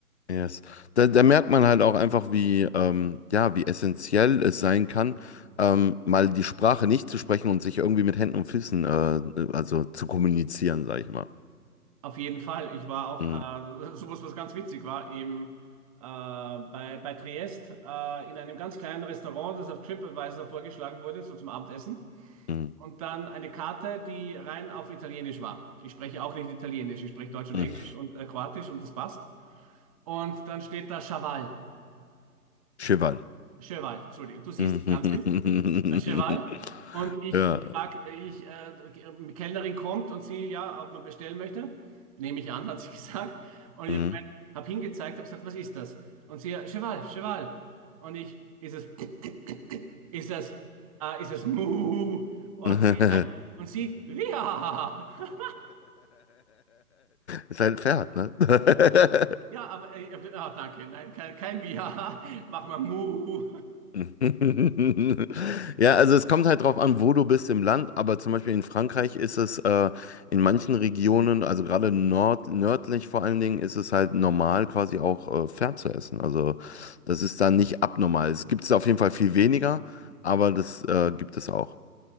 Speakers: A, on the left; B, on the right.
A: yes. Da, da merkt man halt auch einfach, wie, ähm, ja, wie essentiell es sein kann, ähm, mal die Sprache nicht zu sprechen und sich irgendwie mit Händen und Füßen, äh, also zu kommunizieren, sag ich mal.
B: Auf jeden Fall. Ich war auch,
A: Mhm.
B: äh, sowas, was ganz witzig war, im, äh, bei, bei Triest äh, in einem ganz kleinen Restaurant, das auf TripAdvisor vorgeschlagen wurde, so zum Abendessen.
A: Mhm.
B: Und dann eine Karte, die rein auf Italienisch war. Ich spreche auch nicht Italienisch, ich spreche Deutsch und
A: Mhm.
B: Englisch und äh, Kroatisch und das passt. Und dann steht da Chaval.
A: Cheval.
B: Cheval, Entschuldigung. Du siehst,
A: Mhm.
B: ich kann es nicht. Cheval. Und ich,
A: <laughs> Ja.
B: ich frage, ich, äh, die Kellnerin kommt und sie, ja, ob man bestellen möchte. Nehme ich an, hat sie <laughs> gesagt. Und
A: Mhm.
B: ich habe hingezeigt, habe gesagt, was ist das? Und sie, ja Cheval, Cheval. Und ich, ist es, <clears throat> ist es, äh, ist es Mu? Und
A: <laughs>
B: sie, nein, und sie, Wiha! <laughs>
A: Ist halt ein Pferd, ne? <laughs>
B: Ja, aber, äh, ah, danke, nein, kein, kein Wiha, machen wir <laughs> Mu.
A: <laughs> Ja, also es kommt halt drauf an, wo du bist im Land, aber zum Beispiel in Frankreich ist es äh, in manchen Regionen, also gerade nord nördlich vor allen Dingen, ist es halt normal, quasi auch äh, Pferd zu essen. Also das ist da nicht abnormal. Es gibt es auf jeden Fall viel weniger, aber das äh, gibt es auch.